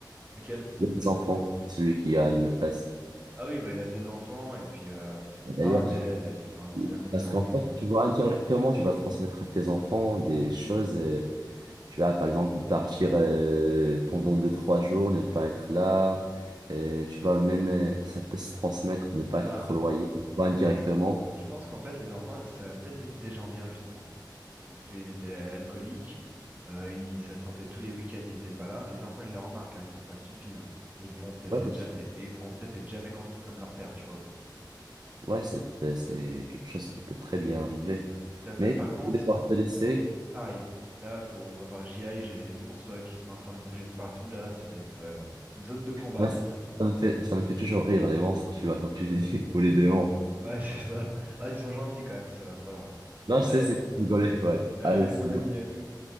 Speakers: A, on the right; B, on the right.
A: Lequel? Parce
B: Les
A: que j'en
B: enfants,
A: ai-
B: celui qui a une maîtresse.
A: Ah oui, bah il a deux enfants, et puis euh,
B: Et D'ailleurs,
A: Ah mais
B: j'ai-
A: enfin, c'est un exemple.
B: parce qu'en fait, tu vois, indirectement, tu vas transmettre à tes enfants des choses. euh, tu vas, par exemple, partir euh, pendant deux, trois jours, ne pas être là. Euh, tu vois, même, euh, ça peut se transmettre, ne pas
A: Ah
B: être
A: ben,
B: trop loyal, tu vois, indirectement.
A: ben, je pense qu'en fait, les enfants, ça va peut-être être des gens bien, justement. parce qu'il était alcoolique, euh, il, ça se sentait tous les week-ends, il était pas là. Les enfants, ils le remarquent, hein, ils sont pas stupides. hein. Et ils voudront peut-être
B: Ouais,
A: être,
B: c'est
A: ja-
B: sûr.
A: et- et ils voudront peut-être être jamais contre- comme leur père, tu vois aussi.
B: Ouais, c'est, euh, c'est quelque chose qui peut très bien arriver.
A: Tout à fait.
B: Mais
A: Par
B: écoute,
A: contre,
B: je vais devoir te laisser.
A: pareil, là, faut, va falloir que j'y aille, j'ai les monstres qui sont en train de bouger de partout, là, ça va être euh, une zone de combat
B: Moi,
A: bientôt.
B: ça ça me fait, ça me fait toujours rire, les monstres, tu vois, comme tu dis, <laughs> ou les démons.
A: Ouais, <laughs> c'est ça. Ah, ils sont gentils quand même, ceux-là, ça va.
B: Non, je
A: Allez,
B: sais, c'est pour rigoler, ouais.
A: euh,
B: Allez,
A: allez
B: salut.
A: mon ami, à toutes.